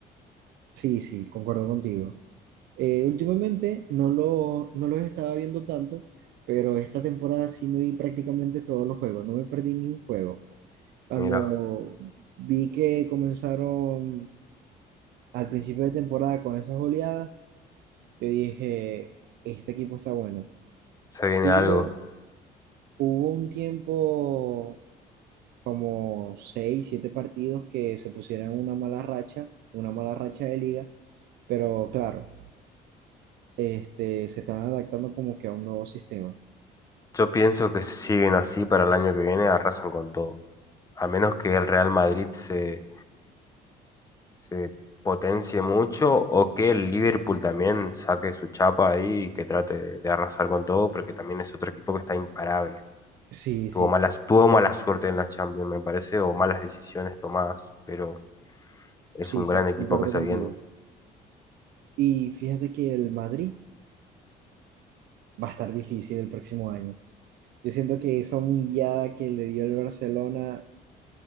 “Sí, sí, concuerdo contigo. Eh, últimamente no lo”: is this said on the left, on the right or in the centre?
Right